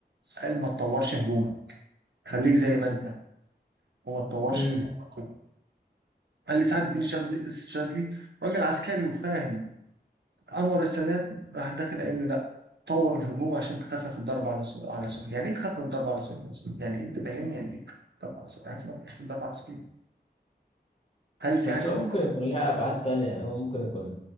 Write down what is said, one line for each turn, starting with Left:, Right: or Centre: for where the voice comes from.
Right: قال ما تطورش هجوم خليك زي ما انت وما تطورش
Left: امم
Right: هجومك قال لي سعد الدين الشاذلي الشاذلي راجل عسكري وفاهم انور السادات راح داخل قال له لا طور الهجوم عشان تخفف الضرب على سوريا على سوريا يعني ايه تخفف الضرب على سوريا أصلاً؟ يعني إيه انت فاهمني يعني ايه تخفف الضرب على سوريا حاجه اسمها تخفف الضرب على سوريا هل في
Left: بس
Right: حاجه اسمها
Left: هو ممكن
Right: تخفف
Left: يكون
Right: الضرب
Left: لها
Right: على سوريا
Left: أبعاد تانية يعني هو ممكن يكون